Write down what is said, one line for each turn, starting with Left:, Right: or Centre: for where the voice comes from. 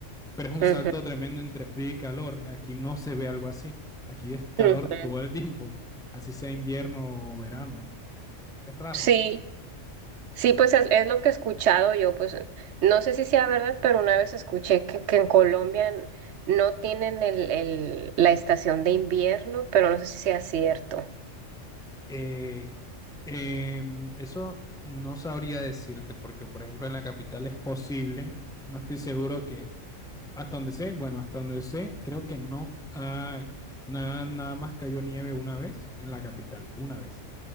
Centre: pero es un salto
Right: Ujú,
Centre: tremendo entre frío y calor. Aquí no se ve algo así. Aquí es calor
Right: ujú.
Centre: todo el tiempo, así sea invierno o verano. Es raro.
Right: Sí, sí, pues es, es lo que he escuchado yo, pues no sé si sea verdad, pero una vez escuché que, que en Colombia n- no tienen el, el, la estación de invierno, pero no sé si sea cierto.
Centre: Eh, em, eso no sabría decirte, porque por ejemplo en la capital es posible, no estoy seguro que Hasta donde sé, bueno, hasta donde sé, creo que no ha, nada, nada más cayó nieve una vez en la capital, una vez.